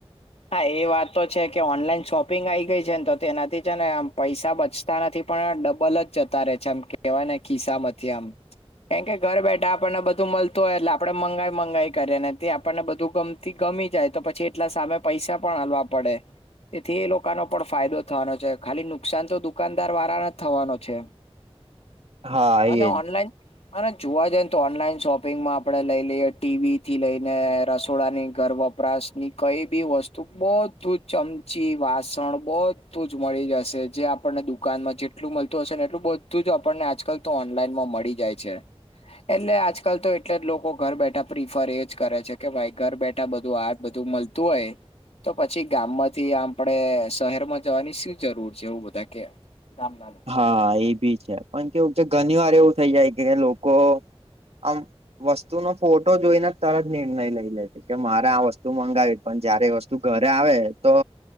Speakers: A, on the left (about 85°); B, on the right (about 80°).
A: હા, એ વાત તો છે, કે ઓનલાઈન શોપિંગ આઈ ગઈ છે ને તો તેનાથી છે ને આમ પૈસા બચ તા નથી પણ ડબલ જ જતા રહે છે, આમ કહેવાય ને ખિસ્સામાંથી આમ કેમ કે ઘર બેઠા આપણને બધું મલતું હોય, એટલે આપણે મંગાઈ મંગાઈ કરીએ, ને તે આપણને બધું ગમત થી ગમી જાય તો પછી, એટલા સામે પૈસા પણ આલવા પડે. તેથી એ લોકાનો પણ ફાયદો થવાનો છે, ખાલી નુકસાન તો દુકાનદાર વારાને થવાનો છે.
B: હા એજ.
A: અને ઓનલાઈન અને જોવા જઈને તો ઓનલાઈન શોપિંગમાં આપડે લઈ લઈએ, ટીવી થી લઈને રસોડાની ઘર વપ પરાશની કઈ પ બી વસ્તુ, બધું જ ચમચી, વાસણ, બધું જ મળી જશે, જે આપણને દુકાનમાં જે. એટલું મળતું હશે ને એટલું બધું જ આપણને આજકાલ તો ઓનલાઈન માં મળી જાય છે. એટલે આજકાલ તો એટલે જ લોકો ઘર બેઠા પ્રિફર એજ કરે છે, કે ભાઈ ઘર બેઠા બધું આડ બધું મલ્ત તો એ તો પછી ગામમાંથી આપડે શહેરમાં જવાની શી જરૂર છે, એવું બધા કે. ગામના લોકો
B: હા એ ભી છે, પણ કેવું ઘણી વાર એવું થઈ જાય કે લોકો આમ વસ્તુનો ફોટો જોઈને તરત નિર્ણય લઈ લે છે, કે મારે આ વસ્તુ મંગાવી પણ જયારે વસ્ તું ઘરે આવે તો